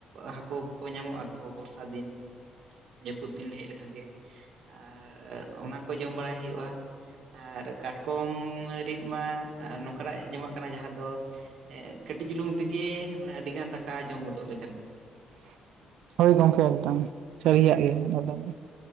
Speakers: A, on the right; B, on the right.
A: ᱦᱟᱹᱠᱩ ᱠᱚ ᱧᱟᱢᱚᱜᱼᱟ ᱾ ᱵᱚᱨᱥᱟ ᱫᱤᱱ ᱡᱟᱹᱯᱩᱫ ᱫᱤᱱ ᱦᱮᱡ ᱞᱮᱠᱷᱟᱱ ᱜᱮ ᱟᱨ ᱚᱱᱟ ᱠᱚ ᱡᱚᱢ ᱵᱟᱲᱟᱭ ᱦᱩᱭᱩᱜᱼᱟ ᱾ ᱟᱨ ᱠᱟᱴᱠᱚᱢ ᱨᱤᱫ ᱢᱟ ᱱᱚᱝᱠᱟ ᱱᱟᱜ ᱡᱚᱢᱟᱜ ᱠᱟᱱᱟ ᱡᱟᱦᱟᱸ ᱫᱚ ᱠᱟᱹᱴᱤᱡ ᱪᱩᱞᱩᱝ ᱛᱮᱜᱮ ᱢᱟᱱᱮ, ᱟᱹᱰᱤ ᱜᱟᱱ ᱫᱟᱠᱟ ᱡᱚᱢ ᱜᱚᱫᱚᱜ ᱞᱮ ᱛᱟᱦᱮᱸ ᱠᱟᱱᱟ ᱾
B: ᱦᱳᱭ ᱜᱚᱝᱠᱮ, ᱮᱠᱫᱚᱢ ᱥᱟᱨᱤᱭᱟᱹᱨᱤᱭᱟᱜ ᱜᱮ ᱾